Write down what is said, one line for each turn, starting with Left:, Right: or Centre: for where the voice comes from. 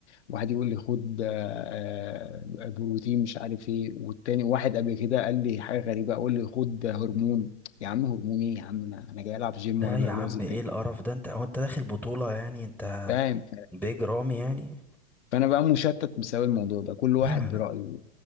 Left: واحد يقول لي خد آه، آه، بروتين مش عارف ايه والتاني واحد قبل كده قال لي حاجه غريبه اقول لي خد هرمون يا عم هرمون ايه يا عم انا انا جاي العب جيم
Centre: لا
Left: ولا
Centre: يا
Left: جاي ابوظ
Centre: عم
Left: الدنيا
Centre: ايه القرف ده انت هو انت داخل بطولة يعني انت
Left: فاهم
Centre: بيج رامي يعني
Left: فانا بقى مشتت بسبب الموضوع ده كل واحد
Centre: لا
Left: برأيه
Centre: لا